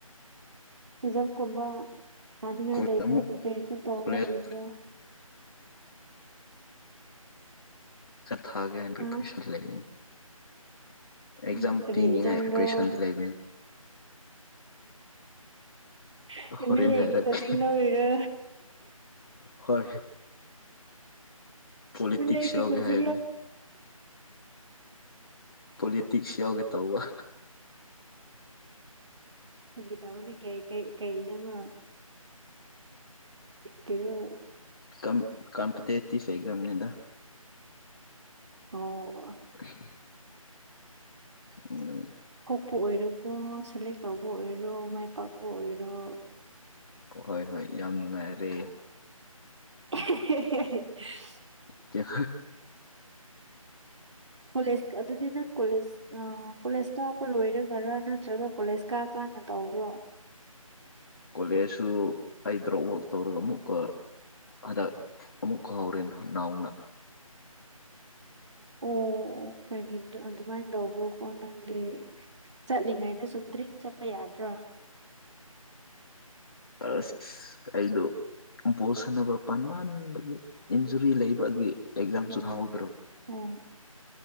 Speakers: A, on the right (about 55°); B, on the left (about 40°).
A: ꯑꯦꯛꯖꯥꯝꯒꯨꯝꯕ ꯊꯥꯅꯤꯡꯉꯥꯏ
B: ꯀꯣꯂꯦꯖ
A: ꯂꯩꯕ꯭ꯔꯣ
B: ꯑꯃꯨꯛ
A: ꯄ꯭ꯔꯤꯄꯦꯔꯦꯁꯟ ꯇꯧꯔꯒ
B: ꯀꯣꯂꯦꯖ
A: ꯂꯩꯕ꯭ꯔꯣ <inaudible>
B: ꯊꯥꯒꯦ ꯍꯥꯏꯅ
A: ꯍꯥ
B: ꯄ꯭ꯔꯤꯄꯦꯔꯦꯁꯟ ꯂꯩꯅꯤ ꯑꯦꯛꯖꯥꯝ
A: ꯎꯝ ꯀꯔꯤ
B: ꯄꯤꯅꯤꯡꯉꯥꯏ
A: ꯑꯦꯛꯖꯥꯝꯔꯣ
B: ꯄ꯭ꯔꯤꯄꯔꯦꯁꯟꯗꯤ ꯂꯩꯕꯅꯤ
A: ꯑꯦꯝ
B: ꯍꯔꯦꯟ
A: ꯑꯦꯜ ꯑꯦꯒꯤ
B: ꯅꯥꯏꯔꯒ
A: ꯀꯣꯆꯤꯡ ꯂꯧꯔꯤꯔꯣ
B: ꯍꯣꯏ ꯄꯣꯂꯤꯇꯤꯛꯁ
A: ꯂ ꯀꯁꯤ
B: ꯌꯥꯎꯒꯦ ꯍꯥꯏꯕꯅꯤ ꯄꯣꯂꯤꯇꯤꯛꯁ ꯌꯥꯎꯒꯦ ꯇꯧꯕꯧꯕ
A: ꯐꯗꯕꯅꯤ ꯀꯩꯩ ꯀꯩ ꯆ꯭ꯔꯣ q
B: ꯀꯝ ꯀꯝꯄꯇꯤ ꯐꯦꯦꯛꯒꯝꯅꯤꯗ
A: ꯑꯣ
B: <inaudible> ꯎ
A: ꯀꯣꯛꯄ ꯑꯣꯏꯔꯕꯣ ꯁꯦꯂꯦꯛ ꯇꯧꯕ ꯑꯣꯏꯔꯣ ꯃꯥꯏ ꯄꯥꯛꯄ ꯑꯣꯏꯔꯣ
B: ꯍꯣꯏ ꯍꯣꯏ ꯌꯥꯝ ꯅꯨꯡꯉꯥꯏꯔꯦ
A: <inaudible>
B: ꯀ
A: ꯀꯣꯂꯦꯁ ꯑꯗꯨꯗꯤꯪ ꯀꯣꯂꯦꯁ ꯑ ꯀꯣꯂꯦꯁ ꯇꯥꯛꯄ ꯂꯣꯏꯔꯒꯔꯥ ꯅꯠꯇ꯭ꯔꯒ ꯀꯣꯂꯦꯖ ꯀꯛ ꯀꯥꯟꯅ ꯇꯧꯕ꯭ꯔꯣ
B: ꯀꯣꯂꯦꯖꯁꯨ ꯑꯩ ꯗ꯭ꯔꯣꯞ ꯋꯥꯛ ꯇꯧꯔꯒ ꯑꯃꯨꯛꯀ ꯑꯗ ꯑꯃꯨꯛꯀ ꯍꯥꯎꯦꯟ ꯅꯅꯥꯎꯅ
A: ꯑꯣ ꯀꯩꯒꯤ ꯑꯗꯨꯃꯥꯏꯅ ꯇꯧꯕ꯭ꯔꯣꯀꯣ ꯅꯪꯗꯤ ꯆꯠꯂꯤꯉꯩꯗ ꯆꯨꯝꯗ꯭ꯔꯤꯡ ꯆꯠꯄ ꯌꯥꯗ꯭ꯔꯣ
B: ꯑꯁ ꯑꯩꯗꯣ ꯕꯣꯜ ꯁꯥꯟꯅꯕ ꯄꯥꯟ ꯃꯥꯟꯕꯒꯤ ꯏꯟꯖꯨꯔꯤ ꯂꯩꯕꯒꯤ ꯑꯦꯛꯖꯥꯝꯁꯨ
A: ꯎꯝ
B: ꯊꯥꯍꯧꯗ꯭ꯔꯕ
A: ꯑꯣ ꯑꯣ